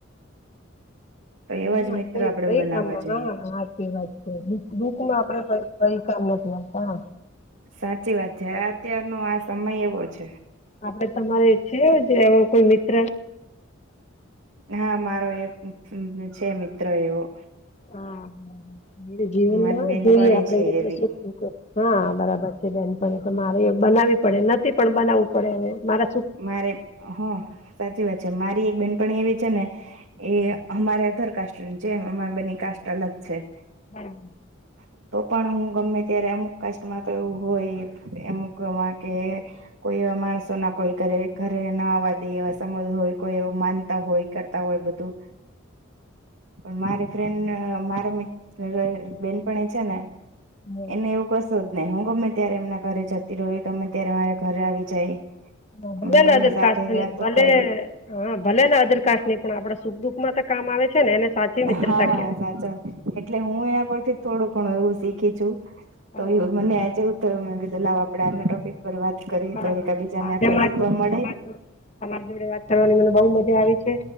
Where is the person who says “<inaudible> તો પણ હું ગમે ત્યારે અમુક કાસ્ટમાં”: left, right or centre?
Right